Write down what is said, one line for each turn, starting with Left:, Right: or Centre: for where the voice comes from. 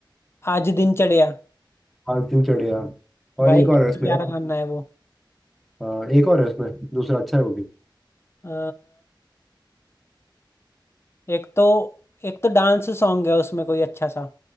Left: आज दिन चढ़िया
Centre: आज दिन चढ़िया और
Left: भाई
Centre: एक
Left: कितना
Centre: और है उसमें
Left: प्यारा
Centre: यार
Left: गाना है वो
Centre: हाँ एक और है उसमें दूसरा अच्छा है वो भी
Left: अ, एक तो एक तो डांस सॉन्ग है उसमें कोई अच्छा सा